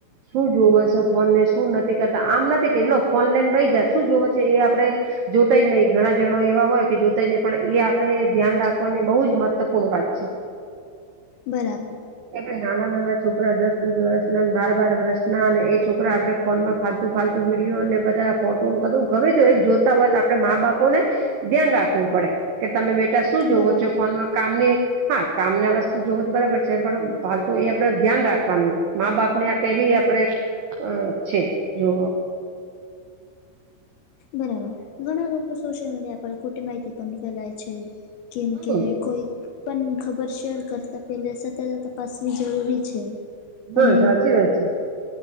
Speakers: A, on the right; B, on the left.
A: શું જોવે છે, ફોન ને શું નથી કરતા, આમ નથી કે, લો ફોન લઈને બઈ જાય શું જોવે છે, એ આપડે જોતા જ નહીં, ઘણા જણા એવા હોય કે, જોતા નહીં, પણ એ આપણે ધ્યાન રાખવાની બહુ જ મહત્વપૂર્ણ વાત છે.
B: બરાબર.
A: એટલે નાના-નાના છોકરા દસ-દસ વર્ષના, બાર-બાર વર્ષના અને એ છોકરા આપડે ફોન માં ફાલતું ફાલતું વિડીયો ને, બધા ફોટો કધું ગમે તે એ જોતા હોય તો, આપડે મા બાપો ને ધ્યાન રાખવું પડે કે, તમે બેટા શું જોવો
B: બરાબર
A: છો, ફોનમાં કામની. હા, કામ ના વસ્તું જોવો તો બરાબર છે, પણ ફાલતુ એ આપડે ધ્યાન રાખવાનું, મા-બાપ ને આ પેલી આપડે હ, છે જો.
B: બરાબર, ઘણા લોકો સોશિયલ મીડિયા પર ખોટી માહિતી પણ ફેલાય છે. કેમ
A: હમ
B: કે કોઈક પણ ખબર શેર કરતા, પેલા સતત તપાસવી જરૂરી છે. અને
A: હા સાચી વાત છે